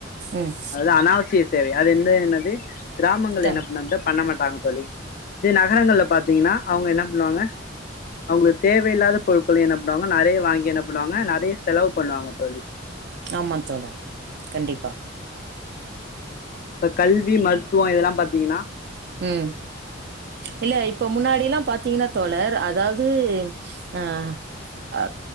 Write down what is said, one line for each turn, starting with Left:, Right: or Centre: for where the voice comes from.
Right: ம்
Left: அதுதா அனாவசிய தேவை அது என்ன என்னது கிராமங்கள்ள
Right: கம்
Left: என்ன பண்ணோன்டா பண்ணமாட் பாம்பொலி இதே நகரங்கள்ல பாத்தீங்கனா அவங்க என்ன புவாங்க அவங்குளுக்கு தேவயில்லாத பொருட்கள என்ன பண்ணுவாங்க நெறைய வாங்கி என்ன பண்ணுவாங்க நெறைய செலவு பண்ணுவாங்க தொழில்
Right: ஆமா தோலா கண்டிப்பா
Left: இப்ப கல்வி மருத்துவொ இதெலா பா திங்கனா
Right: உம் இல்ல இப்ப முன்னாடிலாம் பாத் த்தீங்கனா தோலர் அதாவ்து ஆ அ